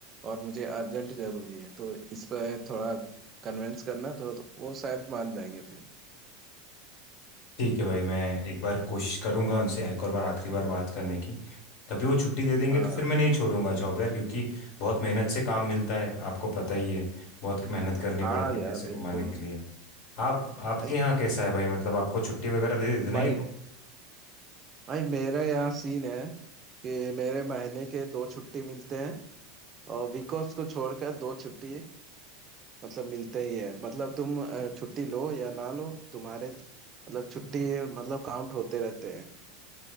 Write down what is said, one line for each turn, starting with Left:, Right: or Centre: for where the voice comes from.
Right: और मुझे अर्जेंट जरूरी है तो इस पर थोड़ा कन्विंस करना तो, तो वो शायद मान जाएंगे फिर
Left: ठीक है भाई मैं एक बार कोशिश करूंगा उनसे एक और बार आखिरी बार बात करने की कभी वो छुट्टी दे देंगे
Right: हाँ
Left: तो फिर मैं नहीं छोड़ूंगा जॉब यार क्योंकि बहुत मेहनत से काम मिलता है आपको पता ही है बहुत मेहनत करनी
Right: हाँ
Left: पड़ती है
Right: यार
Left: पैसे
Right: बिल्कुल
Left: कमाने के लिए आप आपके
Right: भाई
Left: यहाँ कैसा है भाई
Right: ए-
Left: मतलब आपको छुट्टी वगैरह दे देते ना
Right: भाई
Left: ये लोग
Right: भाई मेरे यहाँ सीन है कि मेरे महीने के दो छुट्टी मिलते हैं और वीक ऑफ्स को छोड़कर दो छुट्टी मतलब मिलते ही है मतलब तुम अ, छुट्टी लो या ना लो तुम्हारे मतलब छुट्टी मतलब काउंट होते रहते हैं